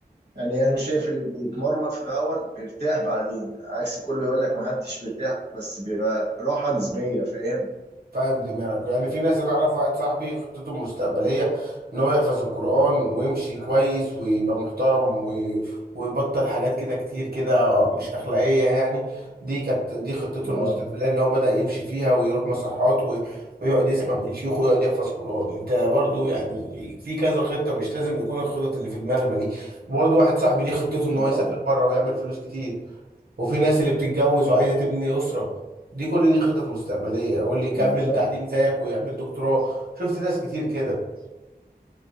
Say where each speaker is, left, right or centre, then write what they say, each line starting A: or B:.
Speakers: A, on the right (about 85°); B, on the right (about 65°).
A: يعني انا شايف اللي بيتمرمط في الاول بيرتاح بعدين عكس كله يقول لك ما حدش بيرتاح بس بيبقى راحه نسبيه فاهم
B: فاهم دماغك يعني في ناس انا اعرف واحد صاحبي خطته المستقبليه ان هو يحفظ القران ويمشي كويس ويبقى محترم وي- ويبطل حاجات كده كتير كده مش اخلاقيه يعني دي كانت دي خطته
A: اه
B: المستقبليه ان هو بدا يمشي فيها ويروح مصحات وي- ويقعد يسمع من شيوخه ويقعد يحفظ قران انت برضو يعني في كذا خطه مش لازم يكون الخطط اللي في دماغنا دي برضو واحد صاحبي ليه خطته ان
A: اه
B: هو يسافر بره ويعمل فلوس كتير وفي ناس اللي بتتجوز وعايزه تبني اسره دي كل دي خطط مستقبليه او اللي يكمل
A: بالظبط
B: تعليم زيك ويعمل دكتوراه شفت ناس كتير كده